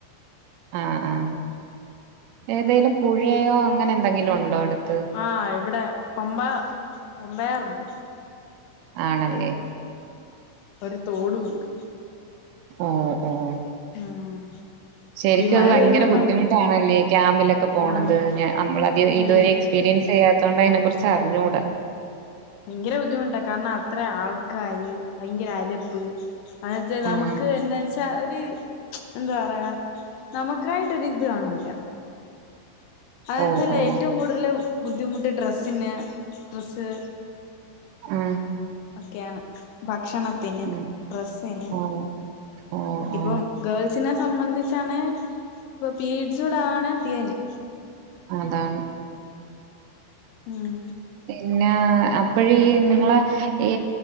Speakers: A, on the right; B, on the left.
A: ആഹ് ആഹ് ഏതേലും പുഴയോ അങ്ങനെന്തെങ്കിലും ഉണ്ടോ അടുത്ത്
B: ആഹ് ഇവിടെ പമ്പ പമ്പയാറുണ്ട്
A: ആണല്ലേ
B: ഒരു തോടും ഉണ്ട്
A: ഓഹ് ഓഹ്
B: ഉം
A: ശരിക്കും
B: ഈ മഴ
A: അത് ഭയങ്കര
B: പെയ്യുമ്പോ
A: ബുദ്ധിമുട്ടാണല്ലേ
B: നമ്മ
A: ക്യാമ്പിലൊക്കെ പോണത്
B: ആ
A: നമ്മളെ
B: പിന്നല്ലേ
A: ഇതുവരെ എക്സ്പീരിയൻസ് ചെയ്യാത്തുകൊണ്ട് അതിനെ കുറിച്ച് അറിഞ്ഞുകൂടാ
B: ഭയങ്കര ബുദ്ധിമുട്ടാ കാരണം അത്ര ആൾക്കാര് ഭയങ്കര അല അങ്ങത്തെ നമുക്ക്
A: ആഹ്
B: എന്താ ഒരു എന്താ പറയാ നമുക്കായിട്ട് ഒരു ഇത് കാണൂല അതെച്ചാല്
A: ഓ ഓ
B: ഏറ്റവും കൂടുതല് ബുദ്ധിമുട്ട് ഡ്രെസ്സിന് ഡ്രസ്സ്
A: ആഹ്
B: ഒക്കെയാണ് ഭക്ഷണത്തിന്
A: ഉം
B: ഡ്രസ്സിന്
A: ഓ ഓ ഓ
B: ഇപ്പം ഗേൾസിനെ സംബന്ധിച്ചാണ് ഇപ്പൊ പീരീഡ്സോട ആണ് തീർന്നു
A: അതാണ്
B: ഉം
A: പിന്നെ അപ്പഴീ നിങ്ങളെ ഈ